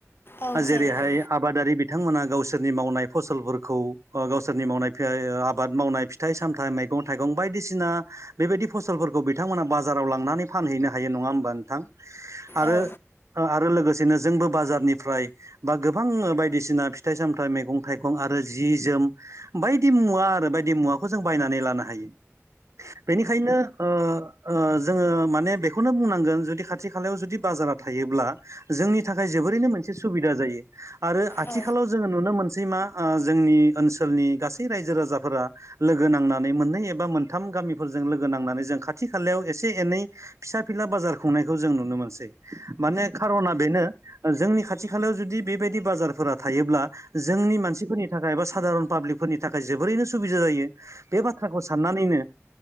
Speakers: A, on the left; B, on the right.
A: औ
B: जेरैहाय
A: जायो औ।
B: आबादारि बिथांमोना गावसोरनि मावनाय फसलफोरखौ अ गावसोरनि मावनाय <unintelligible> आबाद मावनाय फिथाइ सामथाइ मैगं थाइगं बायदिसिना बेबायदि फसलफोरखौ बिथांमोना बाजाराव लांनानै फानहैनो हायो नङा हो मबा नोंथां आरो
A: औ
B: ओ आरो लोगोसेनो जोंबो बाजारनिफ्राय बा गो बां बायदिसिना फिथाइ सामथाइ मैगं थाइगं आरो जि जोम बायदि मुवा आरो बायदि मुवा खौ जों बायनानै लानो हायो। बेनिखायनो ओ ओ जोंङो माने बेखौनो बुंनांगोन जुदि खाथि खालायाव जुदि बा जारा थायोब्ला जोंनि थाखाय जोबोरैनो मोनसे सुबिदा जायो। आरो आथिखालाव
A: औ
B: जोंङो नुनो मोनसै मा ओ जोंनि ओनसोलनि गासै रायजो राजाफोरा लोगो नांनानै मोननै एबा मोनथाम गामिफोरजों लोगो नांनानै जों खाथि-खालायाव एसे एनै फिसा फि नला खुंनायखौ जों नुनो मोनसै माने खार'ना बेनो जोंनि खाथि खालायाव जुदि बे बायदि बारफोरा थायोब्ला जोंनि मानसिफोरनि थाखाय एबा साघारन पाब्लिकफोरनि थाखाय जोबोरैनो सुबिदा जायो। बे बाथ्राखौ साननानैनो